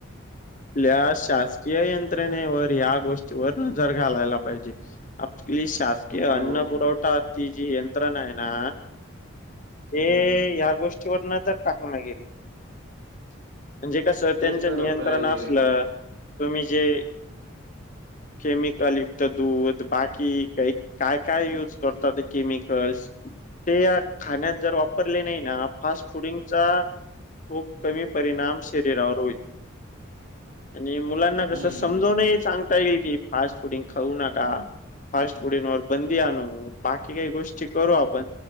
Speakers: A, on the left; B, on the right.
A: आपल्या शासकीय यंत्रणेवर, या गोष्टीवर नजर घालायला पाहिजे. आपली शासकीय
B: हो
A: अन्न पुुरवठा, ती जी यंत्रणाय ना,
B: हम्म
A: ते, या गोष्टीवर नजर टाकणा गेली. मणजे कसं,
B: तेच
A: त्यांचं
B: तर
A: नियंत्रण
B: होतय
A: असलं. तुम्ही जे केमिकल युक्त दूध, बाकी काही काय काय यूज करतात ते केमिकल्स. ते या खाण्यात जर वापरले नाही ना फास्ट फुडिंगचा खूप कमी परिणाम शरीरावर होईल. आणि मुलांना
B: हम्म
A: कस समजवून ही सांगता येईल की फास्ट फूडिंग खाऊ नका. फास्ट फुडिंगवर बंदी आणू बाकी काही गोष्टी करू आपण